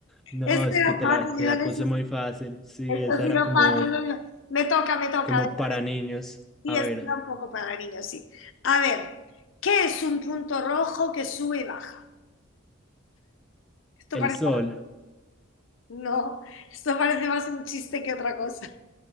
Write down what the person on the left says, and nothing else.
Este
era
fácil,
eran
esos-
Esto
ha sido
fácil. venga. Me toca, me toca.
venga.
Sí,
es
un poco para niños, sí. A ver, ¿qué es un punto rojo que sube y baja? Esto
parece,
no, esto parece más un chiste que otra cosa.